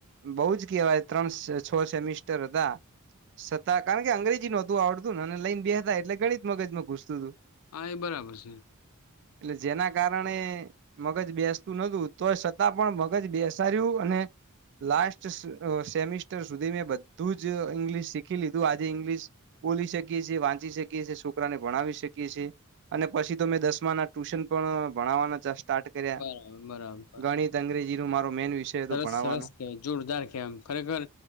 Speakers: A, on the right (about 55°); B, on the left (about 75°).
A: બઉ જ કેવાય ત્રણ છ છે <inaudible> સતા કારણ કે અંગ્રેજી નોતું આવડતું ને અને લઈન બે હતા એટલે ગણિત મગજમાં ઘુસતું હતું.
B: હા એ બરાબર છે.
A: એટલે જેના કારણે મગજ બેસ નતું તો છતાં પણ મગજ બેસાડ્યું અને લાસ્ટ સેમિસ્ટર સુધી મેં બધું જ ઈંગ્લિશ શીખી લીધું આજે ઇંગ્લિશ બોલી શકીએ છીએ વાંચી શકીએ છીએ છોકરાને ભણાવી શકીએ છીએ અને પછી તો મેં દસમા ના ટ્યુશન પણ ભણાવવાના સ્ટાર્ટ કર્યા
B: બરાબર બરાબર
A: ગણિત અંગ્રેજી નું મારો મેન વિષય હતો
B: સરસ
A: ભણાવવાનો
B: સરસ કવાય જોરદાર કહેવાય ખરેખર